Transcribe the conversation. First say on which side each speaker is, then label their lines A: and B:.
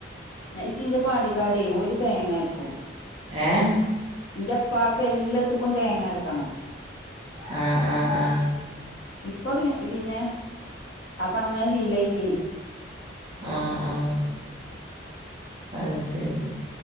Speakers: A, on the left; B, on the right.
A: ന ഇച്ച്ങ്ക് പാണ്ടിക്കാടെയ് ഓല് തേങ്ങര്ക്കും.
B: ഏഹ്
A: ഞ്ചപ്പാക്ക് എല്ലത്ത്ക്കും തേങ്ങരക്കണം.
B: ആ ആ ആ
A: അപ്പൊ പി പിന്നെ അപ്പങ്ങനെ ശീലായിട്ടെയ്.
B: ആ ആഹ് അഹ് സെരി